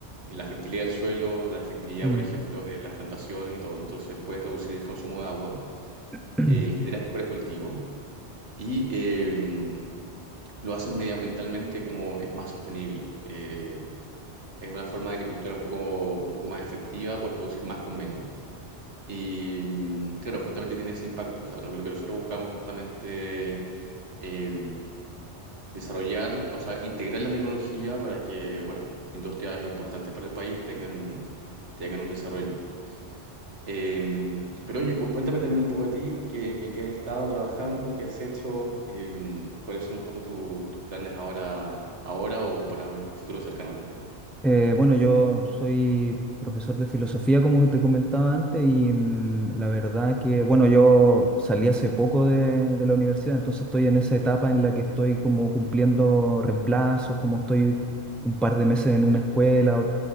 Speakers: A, on the right (about 85°); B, in the centre.
A: la fertilidad del suelo, la efectividad,
B: Mm.
A: por ejemplo, de las plantaciones y todo, entonces puedes reducir el consumo de agua,
B: <clears throat>
A: eh, genera mejores cultivos y eh, lo hacen medioambientalmente como es más sostenible. eh, Es una forma de agricultura un poco, un poco más efectiva, puedes producir más con menos. Y mm, claro, justamente tiene ese impacto. O sea, lo que, lo que nosotros buscamos justamente eh, desarrollar, o sea, integrar la tecnología para que, bueno, industrias importantes para el país tengan, tengan un desarrollo. Eh, pero oye, cu- cuéntame también un poco de ti, qué- en, en qué has estado trabajando, qué has hecho, eh, cuáles son un poco tu- tus planes ahora, ahora o para el futuro cercano también.
B: Eh, bueno, yo soy profesor de filosofía, como te comentaba antes, y mm, la verdad que, bueno, yo salí hace poco de, de la universidad, entonces estoy en esa etapa en la que estoy como cumpliendo reemplazos, como estoy un par de meses en una escuela, o-